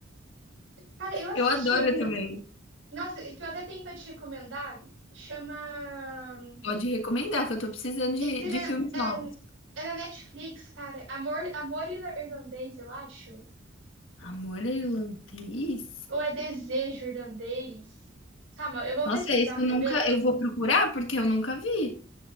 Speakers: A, on the right; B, on the left.
A: cara, eu assisti
B: Eu adoro
A: um.
B: também.
A: Nossa, que eu até tenho pra te recomendar. Chama.
B: Pode recomendar, que eu tô precisando de,
A: Inclusive,
B: de filmes novos.
A: é, é- é na Netflix, cara. Amor, Amor Irlandês, eu acho.
B: Amor Irlandês?
A: Ou é Desejo Irlandês? Calma, eu vou
B: Nossa,
A: pesquisar
B: esse
A: pra
B: eu nunca.
A: ver.
B: Eu vou procurar porque eu nunca vi.